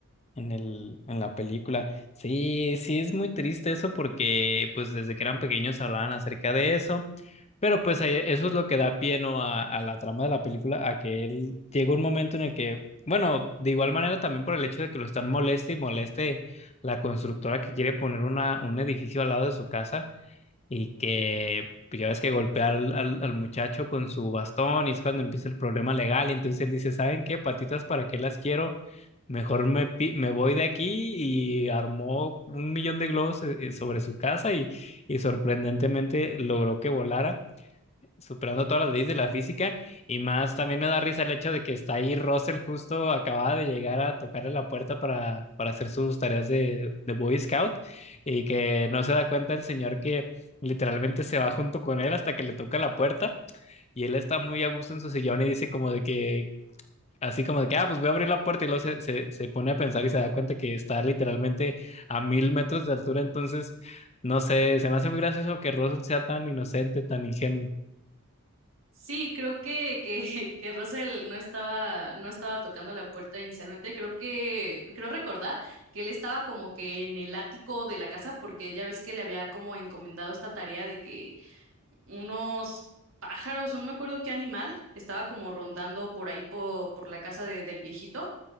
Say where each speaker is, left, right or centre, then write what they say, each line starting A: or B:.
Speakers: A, on the left; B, on the right.
A: En el, en la película. Sí, sí, es muy triste eso porque pues desde que eran pequeños hablaban acerca de eso, pero pues ahí- eso es lo que da pie, ¿no? a, a la trama de la película, a que él llega un momento en el que, bueno, de igual manera también por el hecho de que lo están moleste y moleste la constructora que quiere poner una, un edificio al lado de su casa, y que pues, ya ves que golpea al, al- al muchacho con su bastón y es cuando empieza el problema legal. Entonces él dice, ¿saben qué? Patitas, ¿para qué las quiero? Mejor me, pi- me voy de aquí y armó un millón de globos eh, eh, sobre su casa y, y sorprendentemente logró que volara superando todas las leyes de la física y más también me da risa el hecho de que está ahí Russell justo acababa de llegar a tocarle la puerta para, para hacer sus tareas de, de Boy Scout y que no se da cuenta el señor que literalmente se va junto con él hasta que le toca la puerta y él está muy a gusto en su sillón y dice como de que Así como de que, ah, pues voy a abrir la puerta y luego se, se, se pone a pensar y se da cuenta que está literalmente a mil metros de altura. Entonces, no sé, se me hace muy gracioso que Russell sea tan inocente, tan ingenuo.
B: Sí, creo que, que, que Russell no estaba, no estaba tocando la puerta inicialmente. Creo que, creo recordar que él estaba como que en el ático de la casa, porque ya ves que le había como encomendado esta tarea de que unos pájaros, o no me acuerdo qué animal, estaba como rondando por ahí po- por la casa de- del viejito,